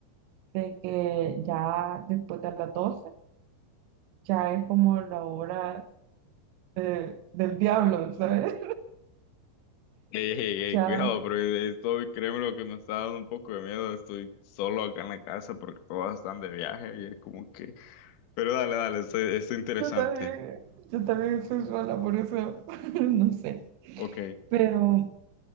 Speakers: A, on the right (about 85°); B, on the left (about 70°).
A: de que ya después de las 12 ya es como la hora eh, del diablo, ¿sabes?
B: Ey, ey, ey,
A: <laughs> Ya
B: cuidado, pero esto, créeme lo que me está dando un poco de miedo. Estoy solo acá en la casa porque todos están de viaje y es como que. Pero dale, dale, esto, esto es interesante.
A: Yo también, yo también soy sola, por eso <laughs> no sé.
B: Ok,
A: Pero